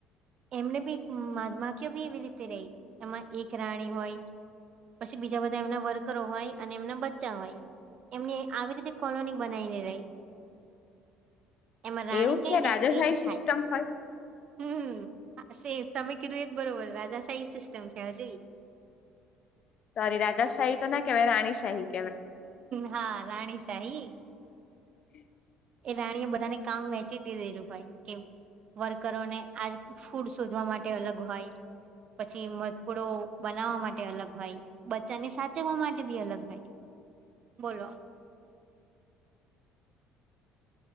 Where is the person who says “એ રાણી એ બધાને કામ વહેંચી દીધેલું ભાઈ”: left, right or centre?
Right